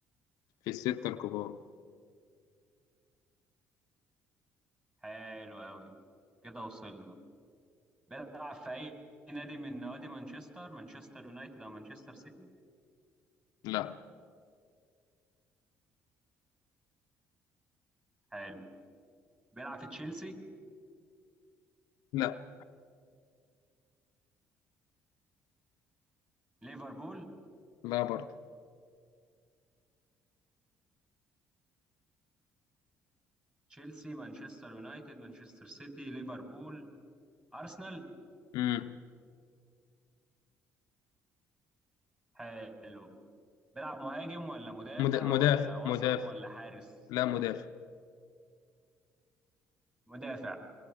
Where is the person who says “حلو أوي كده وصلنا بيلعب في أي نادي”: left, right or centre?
Right